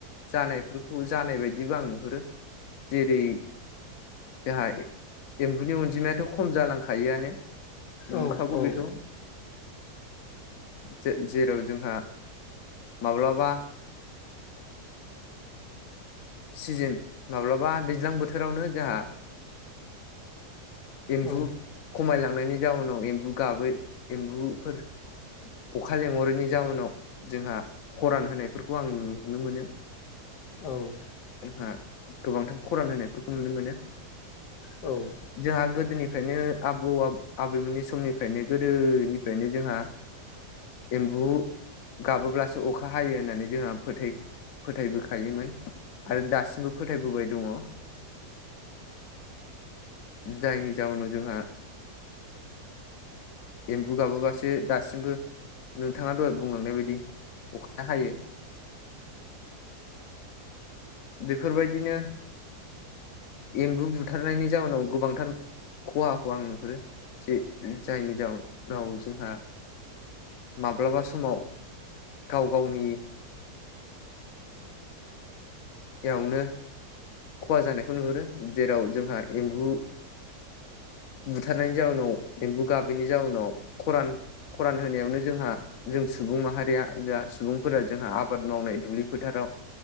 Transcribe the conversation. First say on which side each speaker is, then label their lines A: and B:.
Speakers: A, on the left (about 60°); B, on the left (about 85°).
A: जानायफोरखौ जानाय बायदिबो आं नुहुरो जेरै जोंहा एम्बुनि अनजिमायाथ' खम जालांखायोआनो नंखागौ
B: औ औ
A: बेथ' जे जेराव जोंहा माब्लाबा सिजोन माब्लाबा दैज्लां बोथोरावनो जोंहा एम्बु
B: औ
A: खमायलांनायनि जाउनाव एम्बु गाबै एम्बुफोर फालेंहरैनि जाउनाव जोंहा खरान होनायफोरखौ आं न नुनो मोनो
B: औ
A: जोंहा गोबांथार खरान होनायफोरखौ नुनो मोनो
B: औ
A: जोंहा गोदोनिफ्रायनो आबौ आबैमोननि समनिफ्रायनो गोदोनिफ्रायनो जोंहा एम्बु गाबोब्लासो अखा हायो होननानै जोंहा फोथायै फोथायबोखायोमोन आरो दासिमबो फोथायबोबाय दङ जायनि जाउनाव जोंहा एम्बु गाबोबासो दासिमबो नोंथाङा दहाय बुंलांनाय बायदि अखाया हायो बेफोरबायदिनो एम्बु बुथारनायनि जाउनाव गोबांथार खहाखौ आं नुहुरो जे जायनि जा राव जोंहा माब्लाबा समाव गाव गावनि एवनो खहा जानायखौ नुहुरो जेराव जोंहा एम्बु बुथारनायनि जाउनाव एम्बु गाबैनि जाउनाव खरान खरान होनायावनो जोंहा जों सुबुं माहारिया जा सुबुंफोरा जोंहा आबाद मावनाय दुब्लि फोथाराव